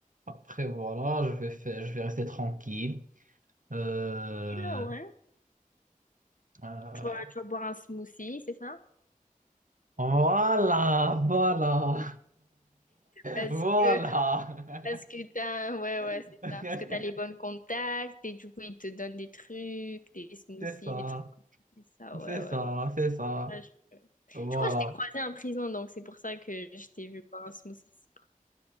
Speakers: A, on the right (about 65°); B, on the left (about 70°).
A: après voilà, je vais faire, je vais rester tranquille. Euh,
B: Là, ouais.
A: euh,
B: Tu vas, tu vas boire un smoothie, c'est ça?
A: voilà, voilà,
B: Parce
A: <laughs> voilà.
B: que, parce que t'as, ouais, ouais,
A: <laughs>
B: c'est ça. Parce que t'as les bons contacts et du coup, ils te donnent des trucs, des smoothies,
A: C'est ça,
B: des trucs comme ça. C'est ça,
A: c'est
B: ouais, ouais,
A: ça,
B: ouais.
A: c'est ça.
B: Je, sais pas, je-
A: Voilà.
B: je crois que je t'ai croisé en prison, donc c'est pour ça que je t'ai vu boire un smoothie.